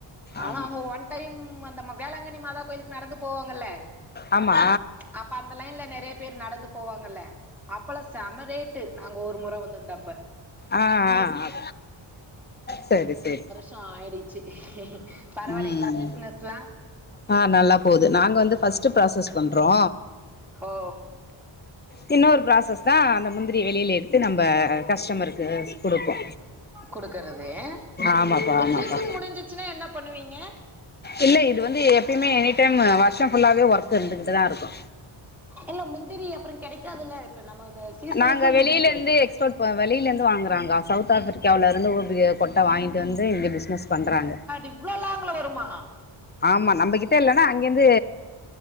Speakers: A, in the centre; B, on the left (about 20°).
A: ஆனா
B: ஆமா
A: அங்க ஒன் டைம் அந்த மக் வேளாங்கண்ணி மாதா கோயிலுக்கு நடந்து போவாங்கல்ல
B: ஆமா
A: அப்ப அந்த லைன்ல நெறையா பேர் நடந்து போவாங்கல்ல அப்பல்லா செம ரேட்டு நாங்க ஒரு முற வந்திருந்தப்ப
B: ஆ ஆ செரி செரி
A: கா ஆயிடுச்சு பரவாயில்லைங்ளா
B: ம்
A: பிசினஸ்ல்லா
B: ஆ நல்லா போகுது நாங்க வந்து ஃபர்ஸ்ட் ப்ராசஸ் பண்றோ
A: ஓ
B: சின்ன ஒரு ப்ராசஸ்தா அந்த முந்திரி வெளில எடுத்து நம்ம கஸ்டமருக்கு குடுப்போ
A: குடுக்கறது
B: ஆமாப்பா
A: இப்ப
B: ஆமாப்பா
A: சீசன் முடிஞ்சிச்சுன்னா என்ன பண்ணுவீங்க?
B: இல்ல இது வந்து எப்யுமே எனி டைம் வருஷோ ஃபுல்லாவே ஒர்க் இருந்துகிட்டுதா இருக்கு
A: இல்ல முந்திரி அப்றோ கெடைக்காதுல்ல இப்ப நம்ம இந்த சீசனுக்கு
B: நாங்க வெளிலிந்து
A: முந்திரி கெடைக்கு
B: எக்ஸ்போர்ட் வெளிலிந்து வாங்குறாங்க சவுத் ஆப்பிரிக்காவுல இருந்து ஒரு கொட்ட வாங்கிட்டு வந்து இங்க பிஸினஸ் பண்றாங்க
A: இவ்ள லாங்குல வருமா
B: ஆமா நம்பகிட்ட இல்லனா அங்கிந்து